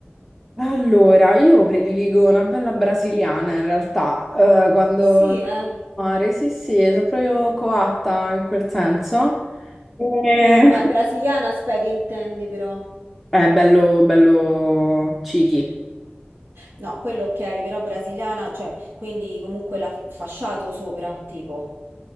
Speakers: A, in the centre; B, on the right (about 65°).
A: Allora, io prediligo una bella brasiliana in realtà, eh, quando
B: Sì,
A: andavo
B: eh.
A: al mare, sì, sì, sono proprio coatta in quel senso. E-
B: Vabbè, brasiliana spec intendi però.
A: È bello, bello cichi.
B: No, quello ok, però brasiliana, cioè, quindi comunque la fasciato sopra, tipo.